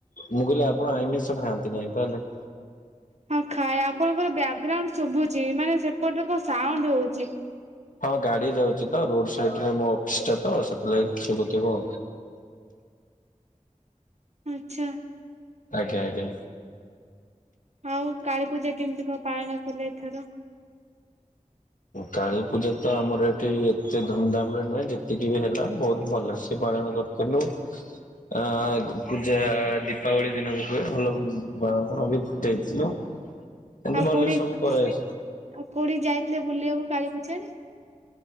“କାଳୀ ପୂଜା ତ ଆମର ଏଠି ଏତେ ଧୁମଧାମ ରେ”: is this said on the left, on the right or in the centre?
Left